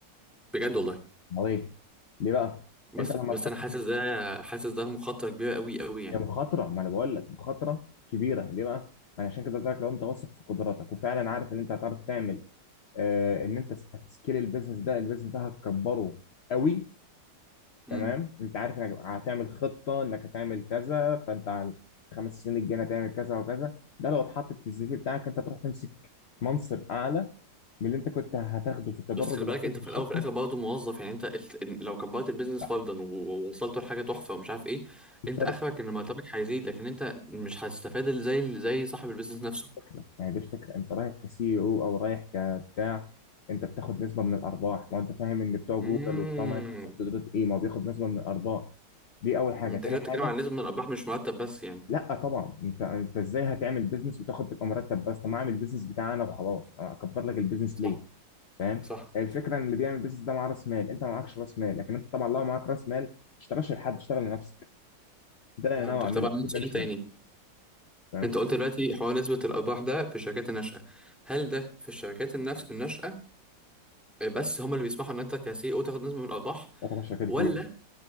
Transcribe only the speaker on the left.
امال ايه ليه بقى
انت لما
تحط
هي مخاطرة ما انا بقول لك مخاطرة كبيرة ليه بقى؟ ما انا عشان كده قلت لك لو انت واثق في قدراتك وفعلا عارف ان انت هتعرف تعمل آه ان انت هتسكيل البيزنس ده البيزنس ده هتكبره قوي
تمام؟ انت عارف انك هتعمل خطة انك هتعمل كذا فانت على الخمس سنين الجاية هتعمل كذا وكذا ده لو اتحطت في السي في بتاعك انت تروح تمسك منصب اعلى من اللي انت كنت هتاخده في التدرج
الوظيفي
في
الشركة
لا
الفرق
الفكرة يعني دي الفكرة انت رايح كسي او او رايح كبتاع انت بتاخد نسبة من الارباح ما انت فاهم ان بتوع جوجل
وبتوع مايكروسوفت دول ايه ما بياخد نسبة من الارباح دي اول حاجة
تاني
حاجة
لا طبعا انت انت ازاي هتعمل بيزنس وتاخد تبقى مرتب بس طب ما اعمل بيزنس بتاعي انا وخلاص انا اكبر لك البيزنس
ليه فاهم
الفكرة ان اللي بيعمل بيزنس ده معاه راس مال انت ما معكش راس مال لكن انت طبعا لو معاك راس مال ما تشتغلش لحد اشتغل لنفسك ده اللي
انا ناوي اعمله
ايفينشولي
فاهم
ده طبعا شركات
كبيرة